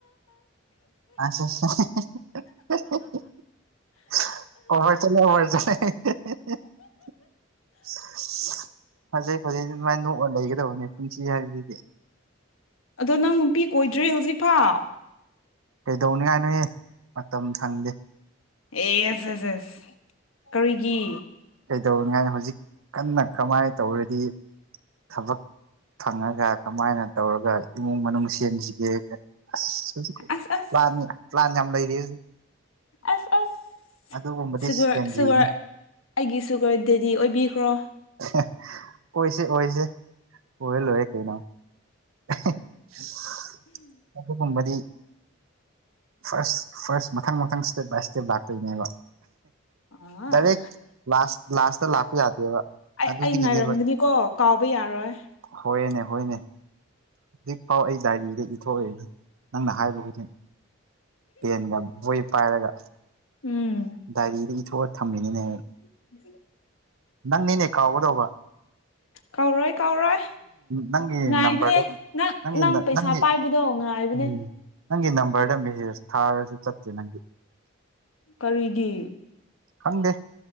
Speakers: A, on the right; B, on the left.
A: ꯑꯁ <unintelligible> <unintelligible> <unintelligible> ꯐꯖꯩ ꯐꯖꯩ ꯑꯗꯨꯃꯥꯏ ꯅꯣꯛꯑ ꯂꯩꯒꯗꯧꯕꯅꯤ ꯄꯨꯟꯁꯤ ꯍꯥꯏꯁꯤꯗꯤ
B: ꯑꯗꯣ ꯅꯪ ꯅꯨꯄꯤ ꯀꯣꯏꯗ꯭ꯔꯤ ꯍꯧꯖꯤꯛꯐꯥꯎ
A: ꯀꯩꯗꯧꯅꯤꯉꯥꯏꯅꯣꯍꯦ ꯃꯇꯝ ꯁꯪꯗꯦ
B: ꯑꯦꯁ ꯑꯦꯁ ꯑꯦꯁ ꯀꯔꯤꯒꯤ
A: ꯀꯩꯗꯧꯅꯤꯉꯥꯏꯅꯣ ꯍꯧꯖꯤꯛ ꯀꯟꯅ ꯀꯃꯥꯏꯅ ꯇꯧꯔꯗꯤ ꯊꯕꯛ ꯐꯪꯉꯒ ꯀꯃꯥꯏꯅ ꯇꯧꯔꯒ ꯏꯃꯨꯡ ꯃꯅꯨꯡ ꯁꯦꯝꯁꯤ__ ꯒꯦꯅ ꯑꯁ ꯍꯧꯖꯤꯛꯇꯤ
B: ꯑꯁ ꯑꯁ
A: ꯄ꯭ꯂꯥꯟ ꯄ꯭ꯂꯥꯟ ꯌꯥꯝ ꯂꯩꯔꯤꯌꯦ ꯍꯧꯖꯤꯛ__
B: ꯑꯁ ꯑꯁ
A: ꯑꯗꯨꯒꯨꯝꯕꯗꯤ
B: ꯁꯨꯒꯔ
A: ꯁꯦꯀꯦꯟꯗ꯭ꯔꯤꯅꯦ
B: ꯁꯨꯒꯔ ꯑꯩꯒꯤ ꯁꯨꯒꯔ ꯗꯦꯗꯤ ꯑꯣꯏꯕꯤꯈ꯭ꯔꯣ
A: <unintelligible> ꯑꯣꯏꯁꯦ ꯑꯣꯏꯁꯦ ꯑꯣꯏꯔ ꯂꯣꯏꯔꯦ ꯀꯩꯅꯣ <unintelligible> ꯑꯗꯨꯒꯨꯝꯕꯗꯤ ꯐꯥꯔꯁ ꯐꯥꯔꯁ ꯃꯊꯪ ꯃꯊꯪ ꯁ꯭ꯇꯦꯞ ꯕꯥꯏ ꯁ꯭ꯇꯦꯞ ꯂꯥꯛꯇꯣꯏꯅꯦꯕ
B: ꯑꯥ
A: ꯗꯥꯏꯔꯦꯛ ꯂꯥꯁ ꯂꯥꯁꯇ ꯂꯥꯛꯄ ꯌꯥꯗꯦꯕ
B: ꯑꯩ
A: ꯑꯗꯨꯗꯒꯤꯅꯦꯕ
B: ꯑꯩ ꯉꯥꯏꯔꯝꯒꯅꯤꯀꯣ ꯀꯥꯎꯕ ꯌꯥꯔꯣꯏ
A: ꯍꯣꯏꯅꯦ ꯍꯣꯏꯅꯦ ꯍꯧꯖꯤꯛꯐꯥꯎ ꯑꯩ ꯗꯥꯏꯔꯤꯗ ꯏꯊꯣꯛꯔꯤꯅꯤ ꯅꯪꯅ ꯍꯥꯏꯕ ꯈꯨꯗꯤꯡ ꯄꯦꯟꯒ ꯕꯣꯏ ꯄꯥꯏꯔꯒ
B: ꯎꯝ
A: ꯗꯥꯏꯔꯤꯗ ꯏꯊꯣꯛ ꯑꯣꯏ ꯊꯝꯃꯤꯅꯤꯅꯦꯍꯦ
B: <unintelligible>
A: ꯅꯪꯅꯤꯅꯦ ꯀꯥꯎꯒꯗꯧꯕ
B: ꯀꯧꯔꯣꯏ ꯀꯧꯔꯣꯏ
A: ꯅꯪ
B: ꯉꯥꯏꯕꯅꯦ
A: ꯅꯝꯕ꯭ꯔꯪ
B: ꯅꯪ
A: ꯅꯪꯒꯤ
B: ꯅꯪ ꯄꯩꯁꯥ ꯄꯥꯏꯕꯗꯣ ꯉꯥꯏꯕꯅꯦ
A: ꯎꯝ ꯅꯪꯒꯤ ꯅꯝꯕꯔꯗ ꯃꯦꯁꯦꯖ ꯊꯥꯔꯁꯨ ꯆꯠꯇꯦ ꯅꯪꯒꯤ
B: ꯀꯔꯤꯒꯤ
A: ꯈꯪꯗꯦ